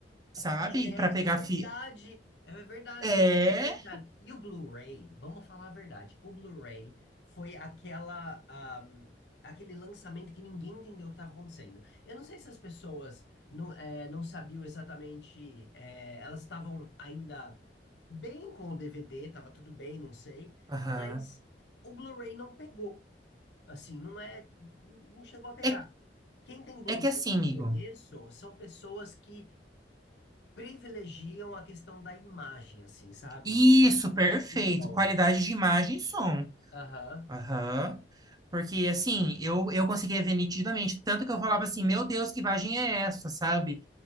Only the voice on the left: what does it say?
É,
é verdade,
é verdade,
o Blu-ray, cara. E o Blu-ray, vamos falar a verdade, o Blu-ray foi aquela, ahm, aquele lançamento que ninguém entendeu o que estava acontecendo. Eu não sei se as pessoas não, é, não sabiam exatamente, é, elas estavam ainda bem com o DVD, estava tudo bem, não sei,
mas o Blu-ray não pegou, assim, não é, não chegou a pegar.
Quem tem Blu-ray
que
eu conheço são pessoas que privilegiam a questão da imagem, assim, sabe?
De ter uma imagem
muito boa.
Aham.